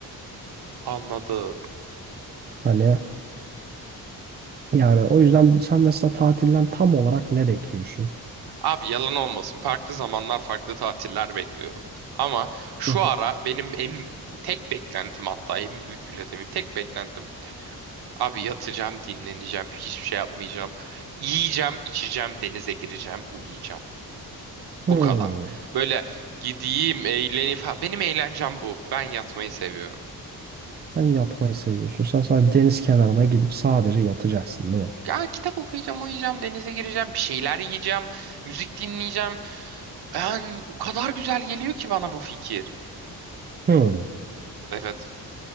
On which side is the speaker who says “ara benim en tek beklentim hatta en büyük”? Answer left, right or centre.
Right